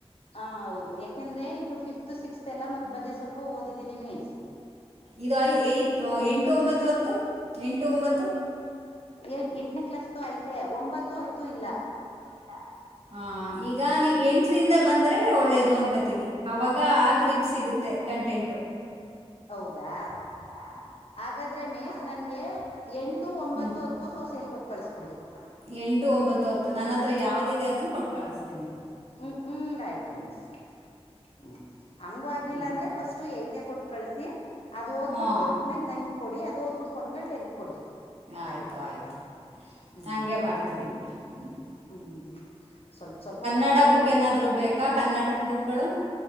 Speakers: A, on the left; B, on the right.
A: ಹ ಹೌದು ಯಾಕೆಂದ್ರೆ ಇದು ಫಿಫ್ತ್ ಸಿಕ್ಸ್ತ್ ಎಲ್ಲ ಮದ್ ಮದೆ ಸ್ವಲ್ಪ ಓದಿದ್ದೀನಿ ಮೇಸ್
B: ಇದು ಐ ಎಂಟು ಒಂಬತ್ತು ಹತ್ತು ಎಂಟು ಒಂಬತ್ತು
A: ಎ ಎಂಟನೇ ಕ್ಲಾಸ್ ತೋ ಅಯ್ತೆ ಒಂಬತ್ತು ಹತ್ತು ಇಲ್ಲ
B: ಅಲ್ಲ ಹ ಈಗ ನೀವು ಎಂಟರಿಂದ ಬಂದ್ರೆ ಒಳ್ಳೇದು ಅನ್ಕತೀನಿ ಅವಾಗ ಗ್ರಿಪ್ ಸಿಗುತ್ತೆ ಕಂಟೆಂಟು
A: ಹೌದಾ
B: ಹೌದಾ
A: ಹಾಗಾದ್ರೆ ಮೇಸ್
B: ಹಾಗಾದ್ರೆ
A: ನನ್ಗೆ
B: ಮೇಸ್ ನನ್ಗೆ
A: ಎಂಟು ಒಂಬತ್ತು
B: ಎತ್ತು
A: ಹತ್ತು
B: ಒಂಬತ್ತು
A: ಸೊಸೆಲ್
B: ಹತ್ತು
A: ಕೊಟ್ ಕಳ್ಸ್ಬಿಡಿ
B: ಎಂಟು ಒಂಬತ್ತು ಹತ್ತು ನನ್ನ ಹತ್ರ ಯಾವ್ದಿದೆ ಅದನ್ನ ಕೊಟ್ಟು ಕಳಿಸತೀನಿ
A: ಹ್ಮ್ ಹ್ಮ ಆಯ್ತು ಮೀಸ್ ಹ್ಮ್ ಹಂಗು ಆಗ್ಲಿಲ್ಲ
B: ಹ್ಞೂ
A: ಅಂದ್ರೆ ಫಸ್ಟ್ ಐತೆ ಕೊಟ್ಟು ಕಳಸಿ ಅದು ಓದ್ಬ
B: ಹಾಂ
A: ಬಿಟ್ಟ ಕೊಟ್ಟ್ಮೇಲೆ ನೈಂತ್ ಕೊಡಿ ಅದು ಓದ್ಬಿಟ್ಟ ಕೊಟ್ಟ್ಮೇಲೆ ಟಲ್ತ್ ಕೊಡಿ
B: ಆಯ್ತು ಆಯ್ತು
A: ಹ್ಮ್
B: ಹಗೆ ಮಾಡ್ತೀನಿ ಬಿಡಿ ಹ್ಮ
A: ಹ್ಮ್ ಹ್ಮ್ ಸ್ವಲ್ಪ ಸ್ವಲ್ಪ
B: ಕನ್ನಡ
A: ಓದ್ಕೊಳ್ಳಿ
B: ಬುಕ್ ಏನಾದ್
A: ಮಿಸ್ ನೀವು
B: ಬೇಕಾ ಕನ್ನಡ ಬುಕ್ಗಳು